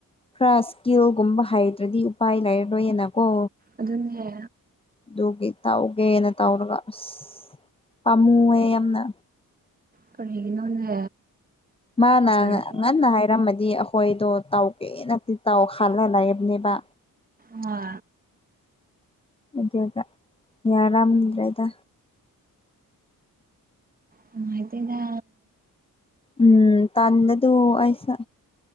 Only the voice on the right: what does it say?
ꯑꯗꯨꯟꯅ
ꯀꯔꯤꯒꯤꯅꯣꯅꯦ
ꯄꯥꯁꯇꯔꯁꯦ
ꯍꯣꯏ
ꯉꯥ
ꯅꯨꯉꯥꯏꯇꯦꯗ